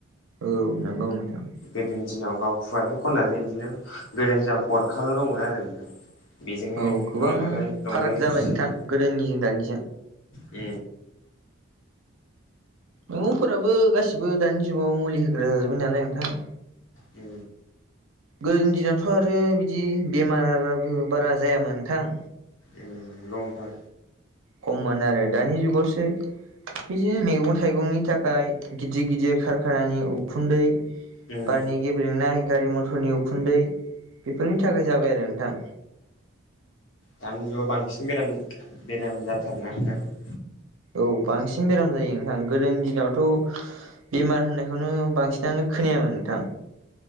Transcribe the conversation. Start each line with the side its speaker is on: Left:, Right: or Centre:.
Right: औ नंगौ नोंथां
Left: गोदोनि दिनाव गाव खुवाजों खननानै बिदिनो गोदोनि दिनाव गरखाल' दंमोन आरो नोंथां। बेजोंनो
Right: औ गोबां
Left: रंजालाय रंजायै
Right: फाराग जाबाय
Left: खुसि
Right: नोंथां गोदोनिजों दानिजों
Left: उ
Right: मैगंफोराबो गासिबो दानि जुगाव मुलि होग्रा जाजोब्बाय नालाय नोंथां।
Left: उ
Right: गोदोनि दिनावथ' आरो बिदि बेमारबो बारा जायामोन नोंथां।
Left: ओ नोंगौ नोंथां
Right: खममोन आरो दानि जुगावसो बिदिनो मैगं-थाइगंनि थाखाय गिदिर गिदिर खारखानानि उखुन्दै
Left: उम
Right: बारनि गेब्रेंनाय गारि मथरनि उखुन्दै बेफोरनि थाखाय जाबाय आरो नोंथां।
Left: दानि जुगाव बांसिन बेराम बेराम जाथारना नोंथां
Right: औ बांसिन बेराम जायो नोंथां गोदोनि दिनावथ' बेमार होननायखौनो बांसिनानो खोनायामोन नोंथां